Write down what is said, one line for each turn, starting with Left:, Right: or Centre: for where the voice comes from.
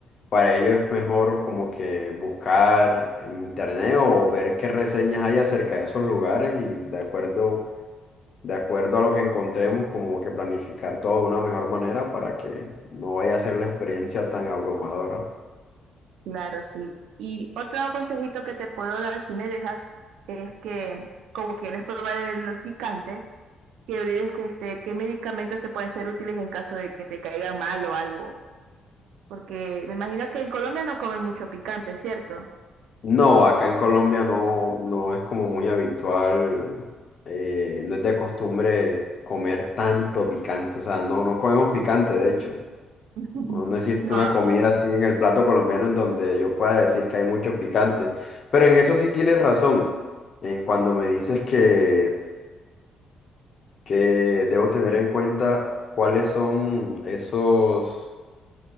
Left: para ello es mejor como que buscar en internet o ver qué reseñas hay acerca de esos lugares y de acuerdo, de acuerdo a lo que encontremos, como que planificar todo de una mejor manera para que no vaya a ser la experiencia tan abrumadora.
Right: Claro, sí. Y otro consejito que te puedo dar, si me dejas, es que como quieres probar el picante, que olvides que, este, qué medicamentos te pueden ser útiles en caso de que te caigan mal o algo. Porque me imagino que en Colombia no comen mucho picante, ¿cierto?
Left: No, acá en Colombia no, no es como muy habitual, eh, no es de costumbre comer tanto picante, o sea, no, no comemos picante, de hecho.
Right: <laughs>
Left: No, no existe
Right: No,
Left: una comida así en el plato colombiano en donde yo pueda decir que hay mucho picante. Pero en eso sí tienes razón, en cuando me dices que, que debo tener en cuenta cuáles son esos